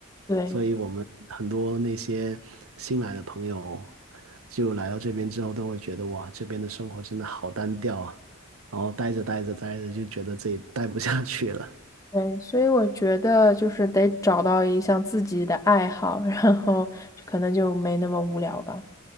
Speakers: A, on the left; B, on the right.
A: 对。
B: 所以我们很多那些新来的朋友，就来到这边之后，都会觉得哇，这边的生活真的好单调啊，然后待着待着待着就觉得自己待不下去了。
A: 对，所以我觉得就是得找到一项自己的爱好，<laughs> 然后就可能就没那么无聊吧。